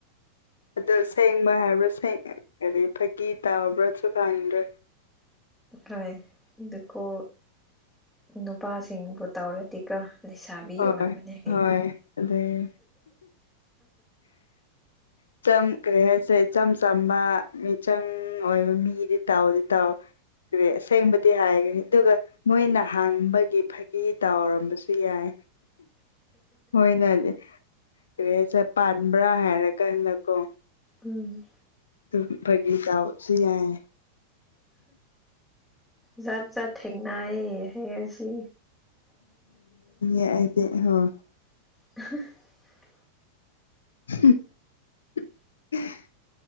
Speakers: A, on the left (about 70°); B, in the centre.
A: ꯑꯗꯣ ꯁꯦꯡꯕ ꯍꯥꯏꯕ꯭ꯔꯥ ꯀꯔꯤ ꯐꯥꯒꯤ ꯇꯧꯕ꯭ꯔꯥꯁꯨ ꯈꯪꯗ꯭ꯔꯦ
B: ꯍꯣꯏ ꯑꯗꯨꯀꯣ ꯅꯨꯄꯥꯁꯤꯡꯕꯨ ꯇꯧꯔꯗꯤꯀꯣ ꯂꯩꯁꯥꯕꯤ
A: ꯍꯣꯏ
B: ꯑꯣꯟꯕꯅꯦ
A: ꯍꯣꯏ ꯑꯗꯩ ꯏꯆꯝ ꯀꯔꯤ ꯍꯥꯏꯁꯦ ꯏꯆꯝ ꯆꯝꯕ ꯃꯤꯆꯪ ꯑꯣꯏꯕ ꯃꯤꯗꯤ ꯇꯥꯎꯑꯣꯗꯤ ꯇꯥꯎ ꯀꯔꯤ ꯑꯁꯦꯡꯕꯗꯤ ꯍꯥꯏꯈ꯭ꯔꯦ ꯑꯗꯨꯒ ꯃꯣꯏꯅ ꯍꯥꯡꯕꯒꯤ ꯐꯥꯒꯤ ꯇꯥꯎꯔꯝꯕꯁꯨ ꯌꯥꯏ ꯍꯣꯏꯅꯦ ꯀꯔꯤ ꯍꯥꯢꯁꯤꯔꯥ ꯄꯥꯟꯕ꯭ꯔꯥ ꯍꯥꯏꯔꯀꯥꯟꯗꯀꯣ
B: ꯎꯝ
A: ꯑꯗꯨꯝ ꯐꯒꯤ ꯇꯥꯎꯔꯁꯨ ꯌꯥꯏ
B: ꯖꯥꯠ ꯖꯥꯠ ꯊꯦꯡꯅꯥꯑꯌꯦ ꯍꯌꯦꯁꯤ
A: ꯍꯥꯏꯗꯤ <unintelligible>
B: <unintelligible>
A: <unintelligible>